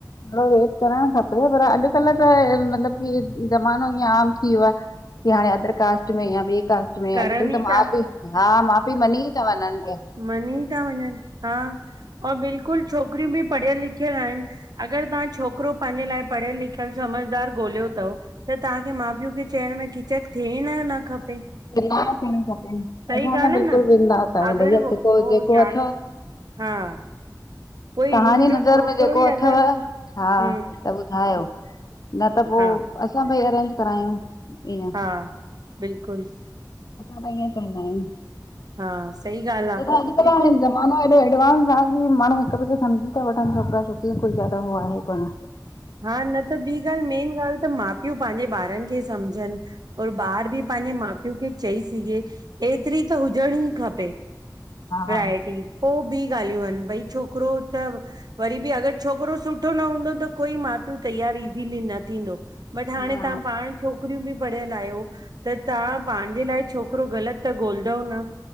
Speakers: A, on the left (about 60°); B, on the right (about 65°).
A: हा उहे करण खपे पर अॼुकल्ह त ई मतलबु की ज़मानो ईअ आम थी वियो आहे की हाणे अदर कास्ट में या ॿिए कास्ट में
B: करनि
A: अॼुकल्ह त
B: ई
A: माउ
B: था
A: पीउ हा माउ पीउ मञी ई था वञनि प्या।
B: मनी था वञनि हा और बिल्कुलु छोकिरियूं बि पढ़ियल लिखियल आहिनि। अगर तव्हां छोकरो पंहिंजे लाइ पढ़ियल लिखियल समझदार ॻोल्हियो अथव त तव्हांखे माउ पीउ खे चइण में झिझक थियण न खपे।
A: बिंदास थियण खपेन
B: सही
A: असां
B: ॻाल्हि
A: त बिल्कुलु
B: आहे न
A: बिंदास आहियूं
B: अगरि
A: भैया
B: हो
A: जेको
B: हो
A: जेको
B: यान
A: अथव
B: हा कोई
A: तव्हांजी
B: हुनजो
A: नज़र
B: छोकिरो
A: में जेको
B: ई
A: अथव
B: अगरि
A: हा
B: हम्म
A: त ॿुधायो।
B: हम्म
A: न त पोइ
B: हा
A: असां भई अरेंज करायूं। ईअं
B: हा बिल्कुलु।
A: असां त ईअ चईंदा आहियूंल
B: हा सही ॻाल्हि आहे
A: छो त अंॼकल
B: बिल्कुलु
A: हाणे जमा माना हेॾो एडवांस आहे की माण्हू हिक ॿिए खे समझी था वठनि छोकिरा छोकरियू कोई ज्यादा उह आहे कोन।
B: हा न त ॿी ॻाल्हि मेन ॻाल्हि त माउ पीउ पंहिंजे ॿारनि खे समझनि और ॿार बि पंहिंजे माउ पीउ खे चई सघे एतिरी त हुजण ई खपे वैरायटी
A: हा
B: पो ॿी ॻाल्हियूं आहिनि भई छोकिरो त व वरी बि अगरि छोकिरो सुठो न हूंदो त कोई माउ पिउ तैयार ईजीली न थींदो बट हाणे
A: न
B: तव्हां पाण कु छोकरियूं बि पढ़ियल आहियो त तव्हां पंहिंजे लाइ छोकिरो ग़लति त ॻोलंदव न,